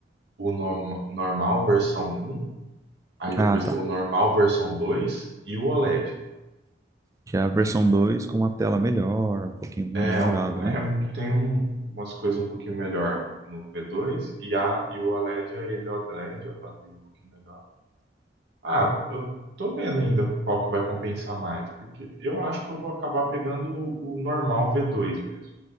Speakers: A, on the right; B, on the right.
A: o norm- normal versão um aí depois
B: Ah, tá.
A: tem o normal versão 2 e o OLED.
B: Que é a versão 2 com uma tela melhor, um pouquinho mais
A: É,
B: melhorado,
A: um- é,
B: né?
A: tem um- umas coisas um pouquinho melhor no V2 e, a, e o OLED, ele é OLED, a bateria um pouquinho melhor. Ah, eu tô vendo ainda qual que vai compensar mais, porque eu acho que eu vou acabar pegando o, o normal V2 mesmo.